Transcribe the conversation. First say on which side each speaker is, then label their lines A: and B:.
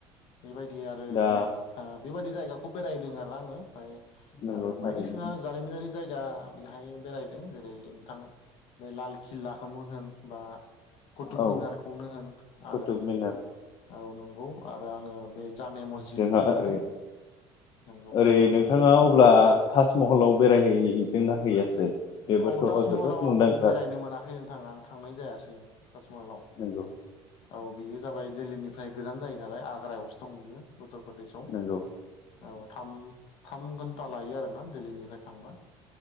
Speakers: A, on the left (about 65°); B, on the left (about 50°).
A: बेबायदि आरो
B: दा
A: जों बेबायदि जायगाखौ बेरायदों आरो आङो ओमफय
B: नंगौ
A: आरो
B: थारैनो
A: बायदिसिना जारिमिनारि जायगा बेहाय बेरायदों जेरै नोंथां बे लाल किल्लाखोनो होन बा कुथुुब
B: औ
A: इनार खौनो होन
B: कुटुब
A: आरो
B: मिनार
A: औ नंगौ आरो आङो बे जामे मस्जिदबो
B: जोंहा
A: थांदों
B: ओरै
A: नंगौ
B: ओरै नोंथाङा अब्ला ताजमहलाव बेरायहैदोंना हैयासै बेबोथ'
A: औ ताजमहलाव
B: जोबोद मुंदांखा
A: आं बेरायनो मोनाखै नोंथां आं थांनाय जायासै ताजमहलाव
B: नंगौ
A: औ बियो जाबाय दिल्लीनिफ्राय गोजान जायो नालाय आग्रायावसो दं बियो उत्तर प्रदेशआव
B: नंगौ
A: औ थाम थाम घन्टा लायो आरोना दिल्लीनिफ्राय थांबा